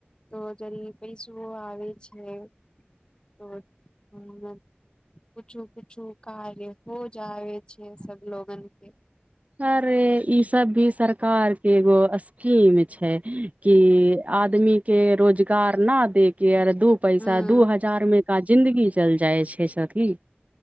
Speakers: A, on the left; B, on the right.
A: त जरी पैसो आबै छैय त <inaudible> कुछु कुछु कार्य हो जाय छैय सब लोगन के
B: अरे ई सब भी सरकार एगो स्कीम छैय कि आदमी के रोजगार न दे के अर दू पैसा
A: हूं
B: दू हजार मे का जिन्दगी चल जाइ छैय सखि